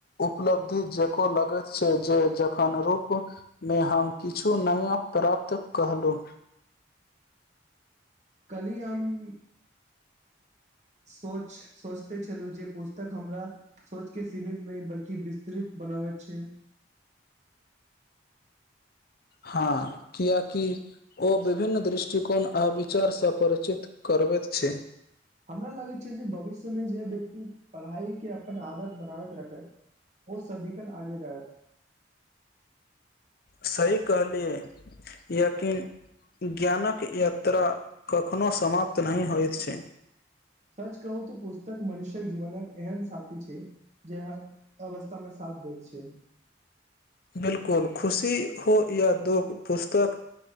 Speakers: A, on the left (about 50°); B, on the right (about 40°).
A: उपलब्धि जेको लगैत छै जे जखन रूप मे हम किछु नया प्राप्त कहलहुँ
B: कली हमम सोच सोचते छलू जे पुस्तक हमरा सोच के सीमित नहि बल्कि विस्तृत बनाबै छै
A: हँ कियाकि ओ विभिन्न दृष्टिकोण आ विचार सँ परिचित करबैत छै
B: हमरा लगैत छै जे भविष्यमे जे व्यक्ति पढ़ाई के अपन आदत बनाबैत रखैत ओ सदिखन आगे रहत
A: सही कहलियै याकिन ज्ञानक यात्रा कखनो समाप्त नहि होइत छै
B: सच कहू तऽ पुस्तक मनुष्य्यक जीवन एहन साथी छै जे हर अवस्था मे साथ दैत छै
A: बिलकुल खुशी हो या दुःख पुस्तक